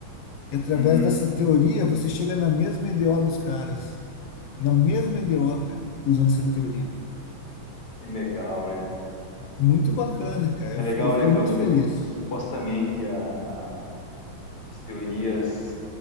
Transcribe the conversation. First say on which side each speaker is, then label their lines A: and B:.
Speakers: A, on the left; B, on the left.
A: E através
B: uhum,
A: dessa teoria, você chega na mesma EDO dos caras. Na mesma EDO, cara, usando essa teoria.
B: que legal, né?
A: Muito bacana, cara.
B: É
A: Eu,
B: legal,
A: eu fiquei
B: né, quando
A: muito feliz.
B: supostamente a- a- as teorias